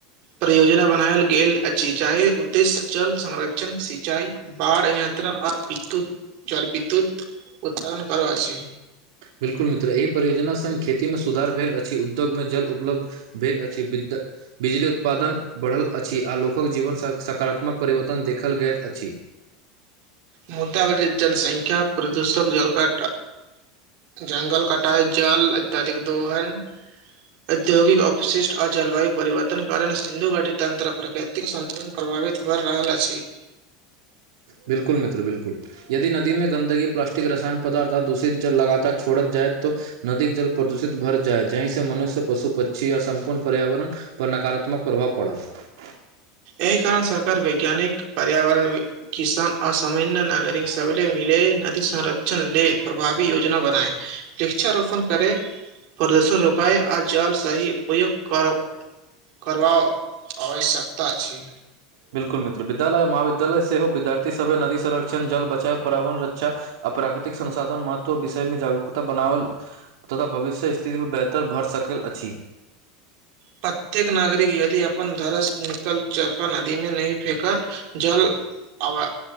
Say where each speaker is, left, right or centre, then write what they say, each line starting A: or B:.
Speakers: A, on the right; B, on the right.
A: परियोजना बनायल गेल अछि चाहे उद्देश्य जल संरक्षण सिंचाई बाढ़ नियन्त्रण आ विद्युत जल विद्युत उत्पादन करब अछि
B: बिलकुल मित्र एहि परियोजना संग खेती मेमे सुधार भेल अछि उद्योगमे जल उपलब्ध भेल अछि बिद बिजली उत्पादन बढ़ल अछि आ लोकक जीवन ससकारात्मक परिवर्तन देखल गेल अछि
A: मुदाब जनसंख्या प्रदूषक जलकट जगल कट <unintelligible> कटाइ जल अत्यधिक दोहन औद्योगिक अपवशिष्ट आ जलवायु परिवर्तन कारण सिन्धु घाटी तन्त्र प्रकट संतुलन प्रभावित भऽ रहल अछि
B: बिलकुल मित्र बिलकुल यदि नदी मे गन्दगी प्लास्टिक रसायन पदार्थ आ दूषित जल लगातार छोड़त जाय तऽ नदी जल प्रदूषित भर जाय जहि से मनुष्य पशु पक्षी या सम्पूर्ण पर्यावरण पर नकारात्मक प्रभाव पड़त
A: एहि कारण सरकार वैज्ञानिक पर्यावरण बिद किसान असामान्य नागरिक सब मिले नदी संरक्षण लेल प्रभावी योजना बनाए वृक्षारोपण करे प्रदूषन रोकाय आ जल सही उपयोग करो करवा आवश्यकता छि
B: बिल्कुल मित्र विद्यालय महाविद्यालय सेहो विद्यार्थी सभे नदी संरकण जल बचाव पर्यावरण रक्षा अप्राकृतिक संसाधन महत्व विषयमे जागरूकता बनावल तथा भविष्य स्थितिमे बेहतर भरि सकल अछि
A: प्रत्येक नागरिक यदि अपन धरस निकल चका नदी मे नहि फेकत जल अवा